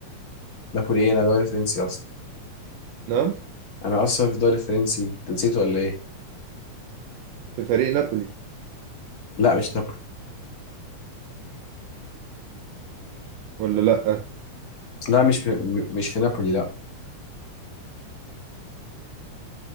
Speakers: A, on the left (about 35°); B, on the right (about 80°).
A: نابولي ايه انا دوري فرنسي اصلا
B: نعم
A: انا اصلا في الدوري الفرنسي انت نسيته ولا ايه
B: في فريق نابولي
A: لا مش نابولي
B: ولا لأ؟
A: لا مش في- م- مش في نابولي لا